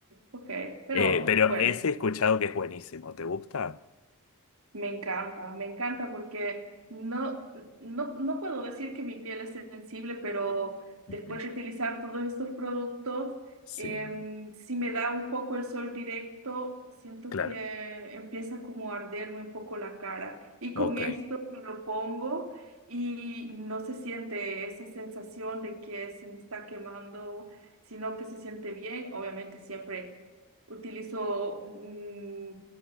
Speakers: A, on the right; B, on the left.
A: ok. Pero
B: Eh, pero
A: bueno,
B: ese he escuchado que es buenísimo, ¿te gusta?
A: me encanta, me encanta porque no, no, no puedo decir que mi piel es sensible, pero
B: Ujú.
A: después de utilizar todos estos productos,
B: Sí,
A: em, si me da un poco el sol directo, siento
B: claro,
A: que empieza como a arderme un poco la cara. Y
B: ok,
A: con esto me lo pongo y no se siente esa sensación de que se me está quemando, sino que se siente bien. Obviamente siempre utilizo mm,